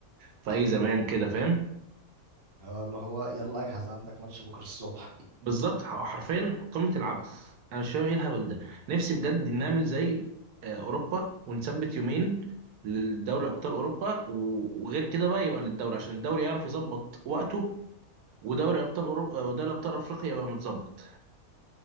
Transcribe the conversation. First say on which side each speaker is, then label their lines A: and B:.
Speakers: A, on the right; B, on the right.
A: في اي زمان كده فاهم
B: اه اللي هو يلا اجهز عندك ماتش بكره الصبح
A: بالظبط ح- حرفيا قمة العبث انا مش فاهم ايه الهبل ده نفسي بجد نعمل زي آه، اوروبا ونثبت يومين للدوري ابطال اوروبا و- وغير كده بقى يبقى للدوري عشان الدوري يعرف يظبط وقته ودوري ابطال اوروبا ودوري ابطال افريقيا يبقى متظبط